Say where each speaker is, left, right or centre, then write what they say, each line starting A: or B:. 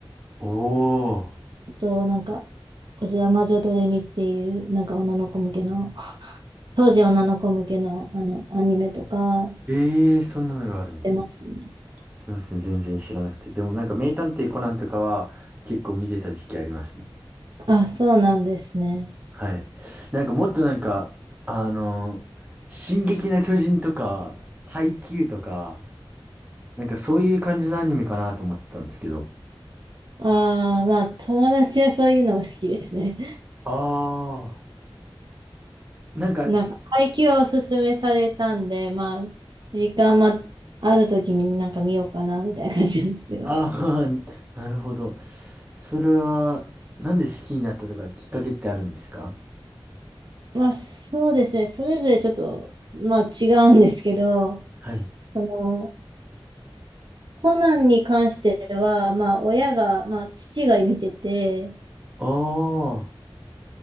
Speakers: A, on the right; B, on the right.
A: ー、おー。
B: <laughs> あとなんか、おじや魔女ドレミっていう、なんか女の子向けの、当時女の子向けのあの、アニメとか
A: ええー、そんなのがあるんですね。
B: してますね。
A: すいません、全然知らなくて。でもなんか名探偵コナンとかは結構見てた時期ありますね。
B: あ、そうなんですね。
A: はい。なんかもっとなんか、あの、進撃の巨人とか、ハイキューとか、なんかそういう感じのアニメかなと思ってたんですけど、
B: ああ、まあ、友達はそういうのが好きですね。
A: あなんか、
B: なんか、配給はおすすめされたんで、まあ、時間まあるときになんか見ようかな、みたいな感じなんですけど。
A: ああ、<laughs> なるほど。それは、なんで好きになったとかきっかけってあるんですか
B: <laughs> まあ、そうですね。それぞれちょっと、まあ、違うんですけど、
A: はい。
B: その、コナンに関しては、まあ、親が、まあ、父が見てて、
A: あ、あ